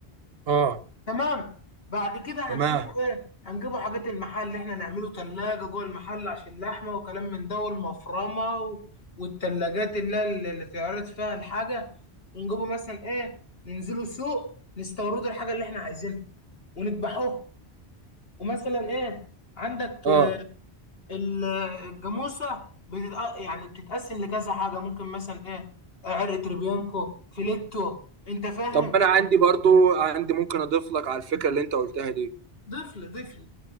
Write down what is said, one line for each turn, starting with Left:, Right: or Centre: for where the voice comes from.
Right: اه
Left: تمام بعد كده
Right: تمام
Left: هنشوف ايه هنجيبوا حاجات المحل اللي احنا نعمله تلاجة جوه المحل عشان اللحمة وكلام من ده والمفرمة و... والتلاجات اللي هي اللي اللي تعرض فيها الحاجة ونجيبوا مثلا ايه ننزلوا سوق نستوردوا الحاجة اللي احنا عايزينها ونذبحوها ومثلا ايه عندك
Right: اه
Left: آه، ال- الجاموسة بتتق... يعني بتتقسم لكذا حاجة ممكن مثلا ايه عرق تريبيانكو فيليتو انت فاهم
Right: طب انا عندي برضو عندي ممكن اضيف لك على الفكرة اللي انت قلتها دي
Left: ضيف لي ضيف لي